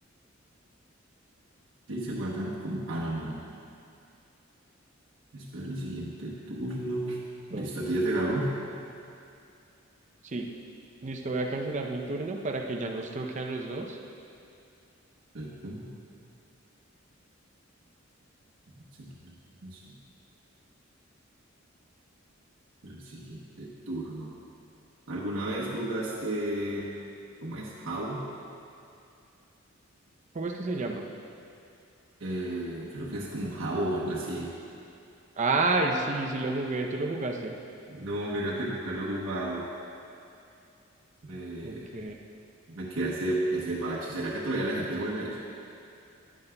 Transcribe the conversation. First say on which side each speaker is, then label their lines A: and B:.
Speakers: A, on the right; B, on the right.
A: Sí, se guardan como. Ah, no, no, no. Espero el siguiente turno. Listo,
B: Oh,
A: a ti ya te cargo.
B: Sí, listo, voy a cancelar mi turno para que ya nos toque a los dos.
A: Perfecto. Es el número uno, sí. Espero El siguiente turno. ¿Alguna vez jugaste. ¿Cómo es? ¿Jabo?
B: ¿Cómo es que se llama?
A: Eh, creo que es como Jabo o algo así.
B: Ay, sí, sí lo jugué, tú lo jugaste.
A: No, mira que nunca lo he jugado. Eh,
B: Ok.
A: Me queda ese, ese bache. ¿Será que todavía la gente juega eso?